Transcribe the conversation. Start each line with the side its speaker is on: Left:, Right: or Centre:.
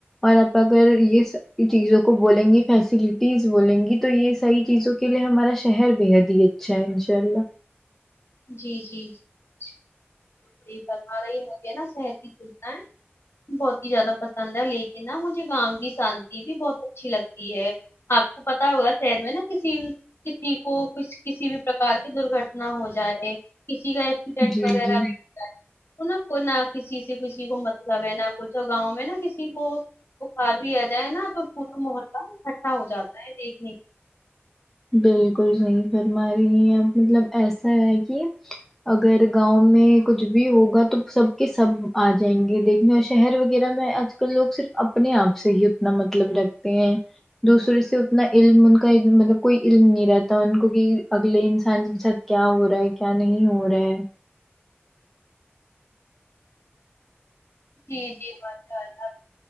Centre: اور آپ اگر یے س ساری چیزوں کو بولیں گی فیسلیٹیز بولیں گی تو یے صحیح چیزوں کے لیے ہمارا شہر بے حد ہی اچھا ہے انشاء اللہ
Left: جی جی جی صحیح فرما رہی ہوں گے نا شہر کی سودھائیں بہت ہی زیادہ پسند ہے لیکن نا مجھے گاؤں کی شانتی بھی بہت اچھی لگتی ہے آپ کو پتہ ہوگا شہر میں نا کسی کی کسی کو کچھ کچھ بھی پرکار کی درگھٹنا ہو جائے کسی کا ایکسیڈینٹ
Centre: جی
Left: وغیرہ
Centre: جی
Left: بھی تو نہ کو نہ کسی سے کسی کو مطلب ہے نہ کچھ گاؤں میں نہ کسی کو بخار بھی آ جائے نا تو پورا محلہ اکھٹا ہو جاتا ہے دیکھنے کے
Centre: بالکل صحیح فرما رہی ہیں آپ مطلب ایسا ہے کی اگر گاؤں میں کچھ بھی ہوگا تو سب کے سب آ جائیں گے دیکھنے اور شہر وغیرہ میں آج کل لوگ صرف اپنے آپ سے ہی اتنا مطلب رکھتے ہیں دوسرے سے اتنا علم ان کا مطلب کوئی علم نہیں رہتا ان کو کی اگلے انسان کے ساتھ کیا ہو رہا ہے کیا نہیں ہو رہا ہے
Left: جی جی ماشاءاللہ